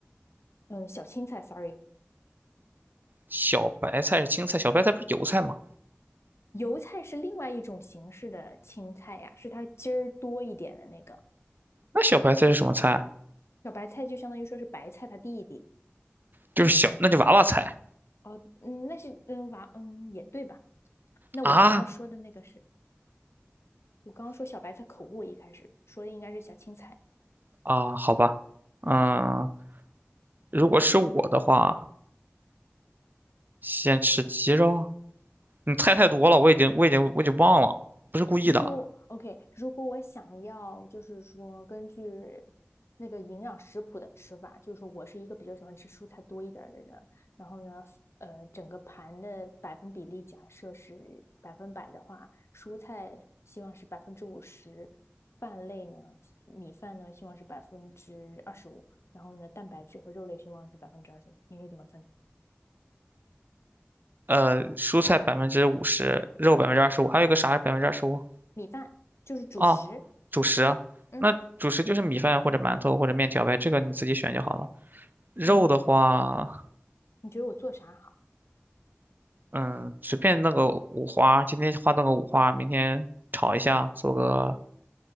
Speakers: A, on the left; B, on the right.
A: 嗯，小青菜，sorry，
B: 小白菜是青菜，小白菜不是油菜吗？
A: 油菜是另外一种形式的青菜呀，是它筋儿多一点的那个。
B: 那小白菜是什么菜啊？
A: 小白菜就相当于说是白菜它弟弟。
B: 就是小，那就娃娃菜
A: 哦，嗯，那是嗯娃嗯也对吧？那我刚刚说的那个是
B: 啊
A: 我刚刚说小白菜口误，一开始说的应该是小青菜。
B: 啊，好吧。嗯，如果是我的话，先吃鸡肉。你菜太多了，我已经我已经我已经忘了，不是故意的。
A: 如果 OK，如果我想要，就是说根据那个营养食谱的吃法，就是说我是一个比较喜欢吃蔬菜多一点的人，然后呢，呃，整个盘的百分比例假设是百分百的话，蔬菜希望是百分之五十，饭类呢，米饭呢希望是百分之二十五，然后呢，蛋白质和肉类希望是百分之二十五，你会怎么分？
B: 呃，蔬菜百分之五十，肉百分之二十五，还有一个啥是百分之二十五？
A: 米饭就是主食，
B: 哦，主食啊，
A: 嗯，
B: 那主食就是米饭或者馒头或者面条呗，这个你自己选就好了。肉的话，
A: 嗯，你觉得我做啥好？
B: 嗯，随便弄个五花，今天花弄个五花，明天炒一下，做个